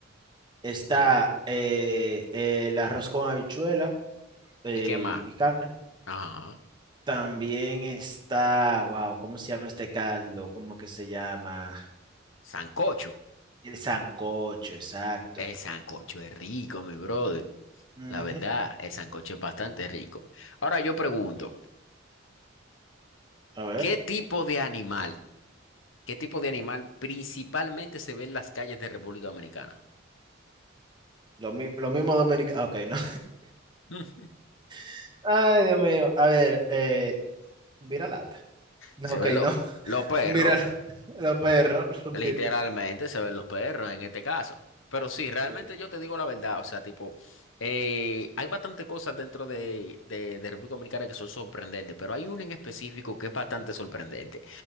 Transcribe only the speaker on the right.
está
eh, el arroz con habichuela eh,
y carne.
También está, wow, ¿cómo se llama este caldo? ¿Cómo que se llama?
El sancocho, exacto.
Ujú.
A ver,
lo, mi- lo mismo dominicano. Ok, no.
<laughs> Ay, Dios mío. A ver, eh, vira lata. No,
ok,
no.
Mira, <laughs> los perros.
mira. <laughs>
Sí.